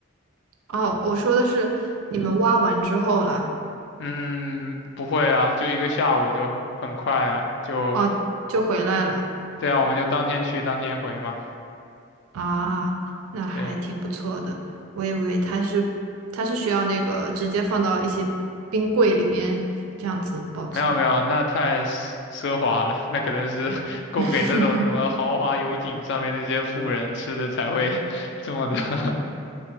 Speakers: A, on the right; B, on the left.
A: 哦，我说的是你们挖完之后啦，
B: 嗯，不会啊，就一个下午就很快啊，就
A: 哦，就回来了
B: 对啊，我们就当天去当天回嘛。
A: 啊，那还挺不错的。
B: 对，
A: 我以为它是它是需要那个直接放到一些冰柜里面这样子保存。
B: 没有没有，那太奢奢华了，那可能是 <laughs> 供给那种什么豪华游艇上面那些富人吃的才会
A: <laughs>
B: <laughs> 这么的。<laughs>